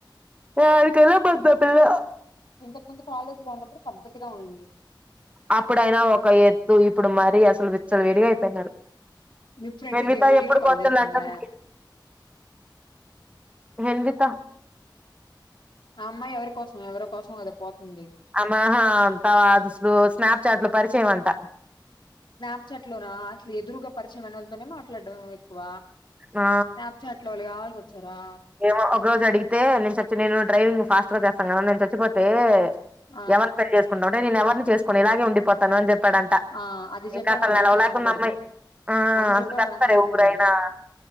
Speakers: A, on the right; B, on the left.
A: దానికన్నా పెద్ద పిల్ల
B: ఇంతకు మంది కాలేజీ లో ఉన్నప్పుడు పద్దతిగా ఉండింది
A: అప్పుడైనా ఒక ఎద్దు ఇప్పుడు మరీ అసలు విచ్చలు విడిగా అయిపోయినారు
B: మీ ఫ్రెండ్
A: మలితా
B: ఉదయం వీడియో
A: ఎప్పుడు
B: కాల్
A: కొత్త
B: చేస్తుందా
A: లంటన్డి నిందిత
B: ఆ అమ్మాయ్ ఎవరి కోసం ఎవరో కోసం కదా పోతుంది
A: అమ్మహా అంతవ అ స్నాప్చాట్లో పరిచయం అంటా
B: స్నాప్చాట్ లోన అసల్ ఎదురుగా పరిచయం ఐనోల్తోనే మాట్లాడ్డం ఎక్కువ
A: ఆ
B: స్నాప్చాట్ ట్లో వాళ్ ఆవాల్స్ ఒచ్చారా
A: ఏమో ఒక రోజు అడిగితే నేను చచ్చి నేను డ్రైవింగ్ ఫాస్ట్ గ జేస్తన్ గదా నేను చచ్చిపోతే
B: ఆ
A: ఎవర్ <unintelligible> చేసుకుంటవంటే నేన్ ఎవర్ని చేసుకోన్ ఇలాగే ఉండిపో తను అని జెప్పాడంట
B: ఆ అది
A: ఇంక
B: చెప్పే
A: అసలు
B: వాళ్ళని
A: నిలవలేకుంది
B: నమ్మకూడదు
A: అమ్మాయ్ ఆ
B: అది
A: అంత
B: చెప్పే
A: తెస్తారా
B: వాళ్ళని అసలు
A: ఎవురైనా
B: నమ్మకూడదు